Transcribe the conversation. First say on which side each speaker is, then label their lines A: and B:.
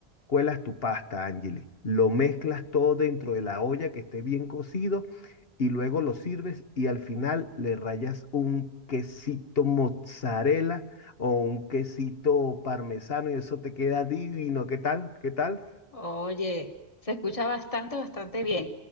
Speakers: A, on the left; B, on the left.
A: Cuelas tu pasta, Angeli. Lo mezclas todo dentro de la olla que esté bien cocido y luego lo sirves y al final le rayas un quesito mozzarella o un quesito parmesano y eso te queda divino. ¿Qué tal? ¿Qué tal?
B: Oye, se escucha bastante, bastante bien.